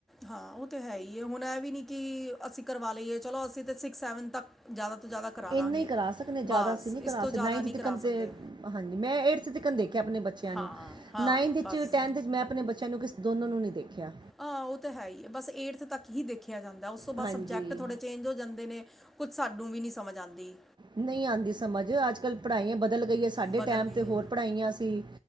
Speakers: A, in the centre; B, on the right.
A: ਹਾਂ ਉਹ ਤਾਂ ਹੈ ਹੀ ਐ, ਹੁਣ ਇਹ ਵੀ ਨਹੀਂ ਕਿ ਅਸੀਂ ਕਰਵਾ ਲਈਏ ਚਲੋ, ਅਸੀਂ ਤਾਂ ਸਿਕਸ ਸੈਵਨ ਤੱਕ। ਜ਼ਿਆਦਾ ਤੋਂ ਜ਼ਿਆਦਾ। ਕਰਾ ਦਾਂਗੇ
B: ਇੰਨਾ ਹੀ ਕਰਾ ਸਕਦੇ ਜ਼ਿਆਦਾ
A: ਬਸ
B: ਅਸੀਂ ਨਈ ਕਰਾ
A: ਇਸ ਤੋਂ
B: ਸਕਨੇ
A: ਜ਼ਿਆਦਾ
B: ਨਾਈਥ
A: ਨਹੀਂ
B: ਤੀਕਨ
A: ਕਰਾ ਸਕਦੇ
B: ਤੇ ਹਾਂਜੀ ਮੈਂ ਏਡਥ ਤੀਕਨ ਦੇਖਿਆ ਆਪਣੇ ਬੱਚਿਆਂ
A: ਹਾਂ
B: ਨੂੰ ਬੱਚਿਆ
A: ਹਾਂ
B: ਨੂੰ ਨਾਈਨਥ
A: ਬਸ
B: ਚ ਟੈਨਥ ਮੈਂ ਆਪਣੇ ਬੱਚਿਆਂ ਨੂੰ ਕਿਸ ਦੋਨੋ ਨੂੰ ਨੀ ਦੇਖਿਆ।
A: ਆ ਉਹ ਤਾਂ ਹੈ ਹੀ ਐ ਬਸ ਏਡਥ ਤੱਕ ਹੀ ਦੇਖਿਆ ਜਾਂਦਾ ਉਸ ਤੋਂ
B: ਹਾਂਜੀ
A: ਬਾਅਦ ਸਬਜੈਕਟ ਥੋੜੇ ਚੇਂਜ ਹੋ ਜਾਂਦੇ ਨੇ ਕੁੱਝ ਸਾਨੂੰ ਵੀ ਨਹੀਂ ਸਮਝ ਆਂਦੀ
B: ਨਹੀਂ ਆਂਦੀ ਸਮਝ ਅੱਜ ਕੱਲ ਪੜ੍ਹਾਈਆਂ ਬਦਲ ਗਈ ਹੈ, ਸਾਡੇ
A: ਬਦਲ
B: ਟਾਈਮ
A: ਗਈ
B: ਤੇ ਹੋਰ
A: ਹੈ
B: ਪੜ੍ਹਾਈਆਂ ਸੀ।